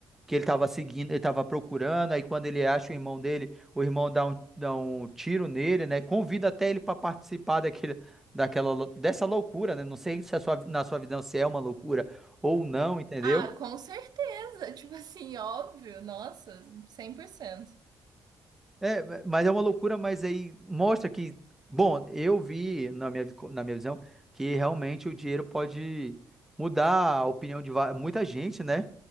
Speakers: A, in the centre; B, on the right.
A: que ele tava seguindo, ele tava procurando. Aí quando ele acha o irmão dele, o irmão dá um, dá um tiro nele, né? Convida até ele pra participar daquele, daquela, lou- dessa loucura, né? Não sei se a sua- na sua visão se é uma loucura ou não, entendeu?
B: Ah, com certeza. Tipo assim, óbvio. Nossa, cem por cento
A: É, mas é uma loucura, mas aí mostra que, bom, eu vi na minha, na minha visão que realmente o dinheiro pode mudar a opinião de va- muita gente, né?